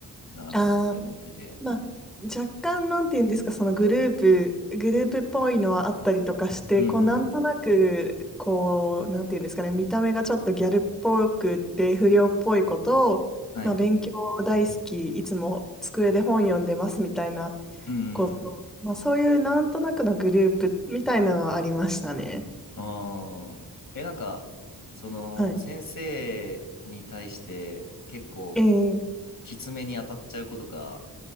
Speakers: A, on the left; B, in the centre.
A: うだなって思ってて。
B: あ、まあ、若干、なんて言うんですか、そのグループ、グループっぽいのはあったりとかして、
A: うんうんうん。
B: こう、なんとなく、こう、なんて言うんですかね、見た目がちょっとギャルっぽくって、不良っぽいことを、
A: はい。
B: まあ、勉強大好き、いつも机で本読んでますみたいな
A: うん
B: こと、まあ、そういうなんとなくのグループみたいなのはありましたね。
A: ああ。え、なんか、その、
B: はい。
A: 先生に対して結構、
B: ええ
A: きつめに当たっちゃう子とか